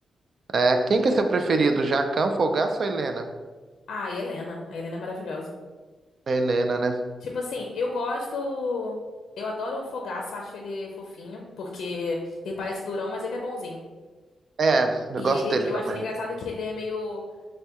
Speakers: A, on the right; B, on the left.
A: É, quem que é seu preferido, Jacquin, Fogaça ou Helena?
B: Ah, e Helena. A Helena é maravilhosa.
A: É Helena, né?
B: Tipo assim, eu gosto. Eu adoro o Fogaça, acho ele fofinho, porque ele parece durão, mas ele é bonzinho.
A: É, eu
B: E
A: gosto
B: ele,
A: dele
B: eu
A: também.
B: acho ele engraçado que ele é meio.